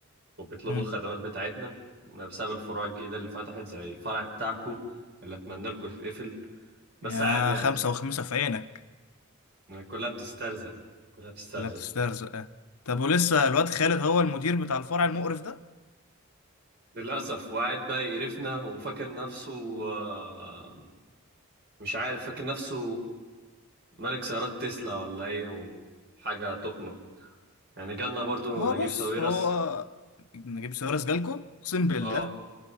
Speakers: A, on the right; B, on the left.
A: وبيطلبوا
B: مم.
A: الخدمات بتاعتنا بسبب الفروع الجديدة اللي فتحت زي الفرع بتاعكو اللي اتمنى لكم يتقفل بس
B: يا
A: عادي يعني
B: خمسة وخمسة في عينك
A: كلها بتسترزق كلها بتسترزق
B: ولا بتسترزق اه طب ولسه الواد خالد هو المدير بتاع الفرع المقرف ده
A: للأسف وقاعد بقى يقرفنا وفاكر نفسه آه، مش عارف فاكر نفسه ملك سيارات تسلا ولا ايه وحاجة تخنق يعني جالنا برضو
B: هو
A: نجيب
B: بص
A: ساويرس
B: هو نجيب سيارة جالكو اقسم بالله
A: اه